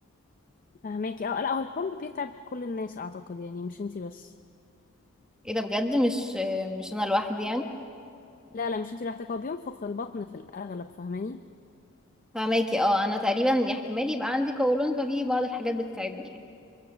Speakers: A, on the left (about 40°); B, in the centre.
A: فهماكي اه لا هو الكرنب بيتعب كل الناس اعتقد يعني مش انتي بس
B: ايه ده بجد مش آه، مش انا لوحدي يعني
A: لا لا مش انتي لوحدك هو بينفخ البطن في الاغلب فاهماني
B: فماكي اه انا تقريبا احتمال يبقى عندي قولون ففي بعض الحاجات بتتعبني يعني